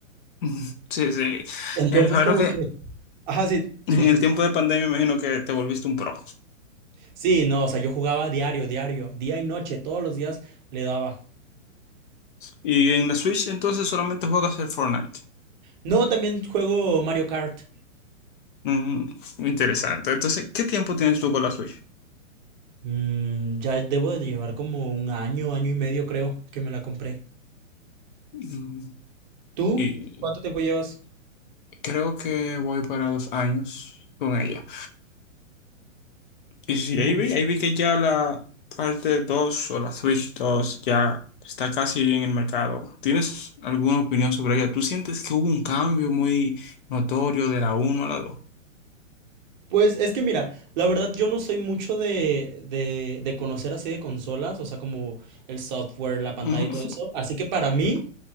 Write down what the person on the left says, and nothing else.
<laughs> Sí, sí.
Eh, claro
que
en
el tiempo de pandemia me imagino que te volviste un pro.
Y en la Switch entonces solamente juegas el Fortnite.
Mm, interesante. Entonces, ¿qué tiempo tienes tú con la Switch?
Mm,
Y
Creo que voy para dos años con ella. Y sí,
ahí vi, ahí vi que ya la parte 2 o la Switch dos ya está casi en el mercado. ¿Tienes alguna opinión sobre ella? ¿Tú sientes que hubo un cambio muy notorio de la uno a la dos
Ujú.